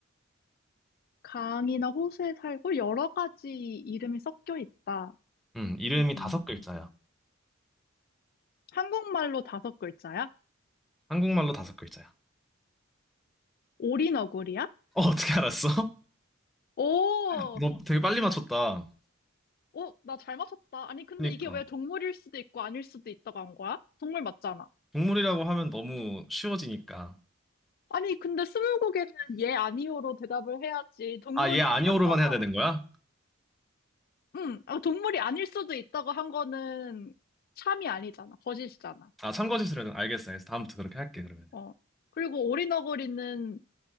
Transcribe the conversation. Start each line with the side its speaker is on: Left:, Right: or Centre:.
Left: 강이나 호수에 살고 여러 가지 이름이 섞여 있다.
Centre: 음, 이름이 다섯
Left: 음,
Centre: 글자야.
Left: 한국말로 다섯 글자야?
Centre: 한국말로 다섯 글자야.
Left: 오리너구리야?
Centre: 어, 어떻게 알았어?
Left: 오,
Centre: <laughs> 너 되게 빨리 맞췄다.
Left: 오, 나 잘 맞췄다. 아니, 근데
Centre: 그러니까.
Left: 이게 왜 동물일 수도 있고 아닐 수도 있다고 한 거야? 동물 맞잖아.
Centre: 동물이라고 하면 너무 쉬워지니까.
Left: 아니, 근데 스무고개는 예, 아니오로 대답을 해야지. 동물이
Centre: 아, 얘 아니오로만
Left: 맞잖아.
Centre: 해야 되는 거야?
Left: 응, 아, 동물이 아닐 수도 있다고 한 거는 참이 아니잖아. 거짓이잖아.
Centre: 아, 참거짓으로는 알겠어. 그래서 다음부터 그렇게 할게, 그러면.
Left: 어. 그리고 오리너구리는